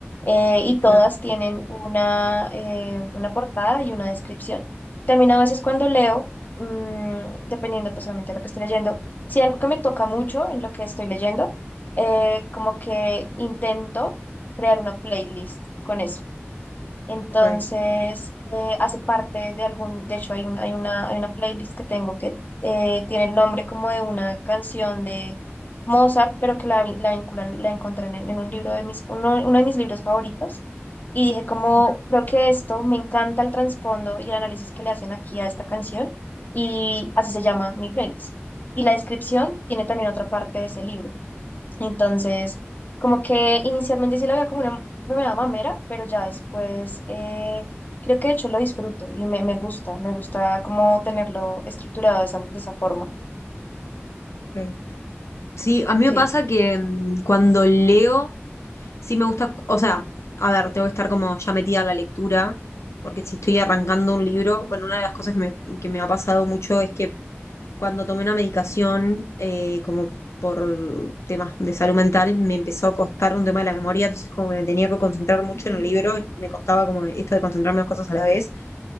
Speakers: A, on the left; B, on the left.
A: Eh, y
B: claro.
A: todas tienen una, eh, una portada y una descripción. También a veces cuando leo, mm, dependiendo pues obviamente de lo que estoy leyendo, si algo que me toca mucho en lo que estoy leyendo, eh, como que intento crear una playlist con eso. Entonces,
B: Ok.
A: eh, hace parte de algún, de hecho hay un- hay una, hay una playlist que tengo que eh, tiene el nombre como de una canción de Mozart, pero que la, vi- la vinculan, la encontré en, en un libro de mis, uno, uno de mis libros favoritos. Y dije como,
B: Ujú,
A: creo que esto, me encanta el trasfondo y el análisis que le hacen aquí a esta canción. Y así se llama mi playlist. Y la descripción tiene también otra parte de ese libro. Entonces, como que inicialmente sí la veía como una, una meada mamera, pero ya después eh, creo que de hecho lo disfruto y me, me gusta, me gusta como tenerlo estructurado de esa, de esa forma.
B: ok. Sí, a mí
A: Sí.
B: me pasa que mm, cuando leo, sí me gusta, o sea, a ver, tengo que estar como ya metida en la lectura, porque si estoy arrancando un libro, bueno, una de las cosas que me, que me ha pasado mucho es que cuando tomé una medicación, eh, como por temas de salud mental, me empezó a costar un tema de la memoria, entonces como que me tenía que concentrar mucho
A: Mm,
B: en el libro, me costaba como esto de concentrarme en dos cosas a la vez.